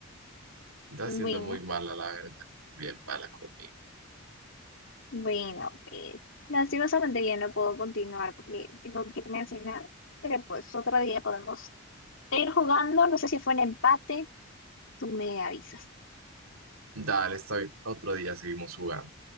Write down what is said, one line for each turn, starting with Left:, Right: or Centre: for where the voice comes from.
Right: Está
Left: Bueno.
Right: siendo muy mala, la verdad. Bien mala conmigo.
Left: Bueno, pues lastimosamente ya no puedo continuar porque tengo que irme a cenar, pero pues otro día podemos ir jugando, no sé si fue un empate, tú me avisas.
Right: Dale, estoy. Otro día seguimos jugando.